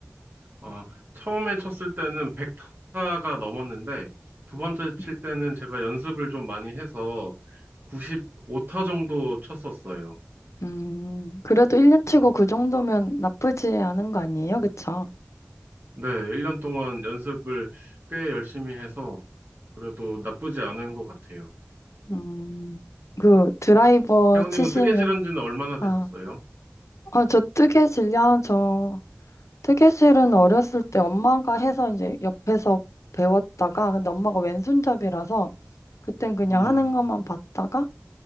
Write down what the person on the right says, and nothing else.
어, 처음에 쳤을 때는 100타가 넘었는데, 두 번째 칠
때는 제가 연습을 좀 많이 해서 95타 정도 쳤었어요.
음,
네, 1년 동안 연습을 꽤 열심히 해서 그래도 나쁘지 않은 것 같아요.
혜원님은
뜨개질한 지는 얼마나 되셨어요?
음,